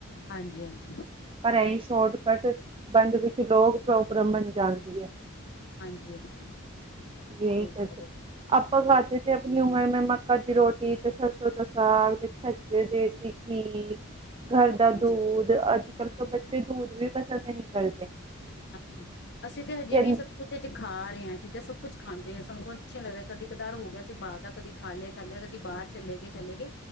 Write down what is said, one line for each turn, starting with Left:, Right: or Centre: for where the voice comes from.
Left: ਹਾਂਜੀ-ਹਾਂਜੀ।
Right: ਪਰ ਐਈ ਸ਼ੋਰਟਕੱਟ ਬੰਦ ਵਿੱਚ ਲੋਕ ਪ੍ਰੋਗਰਮ ਬਣ ਜਾਦੀ ਐ।
Left: ਹਾਂਜੀ ਹਾਂਜੀ
Right: ਜੇਈ
Left: ਸਹੀ
Right: ਕਰਦੇ,
Left: ਗੱਲ ਹੈ।
Right: ਆਪਾਂ ਕਾਚ
Left: ਹਾਂਜੀ
Right: 'ਤੇ ਆਪਣੀ ਉਮਰ ਮੇ ਮੱਕਾਂ ਦੀ ਰੋਟੀ 'ਤੇ ਸਰਸੋਂ ਦਾ ਸਾਗ 'ਤੇ ਛੱਜੇ ਦੇਸੀ ਘੀ ਘਰ ਦਾ ਦੂਧ
Left: ਹਾਂਜੀ
Right: ਅੱਜ-ਕਲ ਤਾਂ ਬੱਚੇ ਦੂਧ ਵੀ ਪਸੰਦ ਨੀ ਕਰਦੇ।
Left: ਹਾਂਜੀ ਅਸੀਂ 'ਤੇ ਹਜੇ
Right: ਕਿ-
Left: ਵੀ ਸ ਕੁ ਤੇਜ ਖਾ ਰੇ ਆ ਚੀਜ਼ਾਂ ਸਭ ਕੁਛ ਖਾਂਦੇ ਆ ਸਾਨੂੰ ਅੱਛਾ ਲਗਦਾ ਕਦੀ ਕਦਾਰ ਹੋ ਗਿਆ ਅਸੀਂ ਬਾਰ ਦਾ ਕਦੀ ਖਾ ਲਿਆ, ਖਾ ਲਿਆ ਕਦੀ ਬਾਰ ਚਲੇ ਗੇ, ਚਲੇ ਗੇ